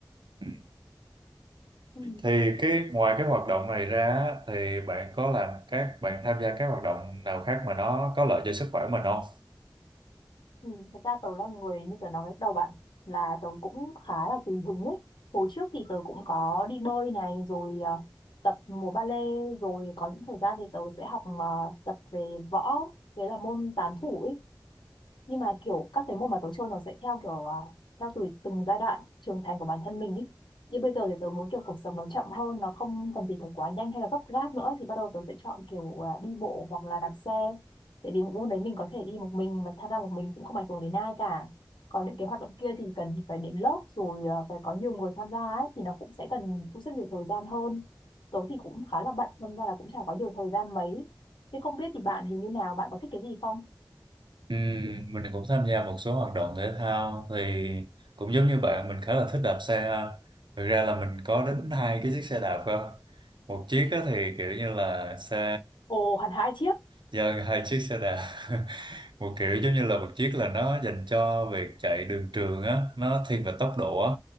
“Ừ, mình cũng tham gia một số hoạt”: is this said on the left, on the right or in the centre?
Right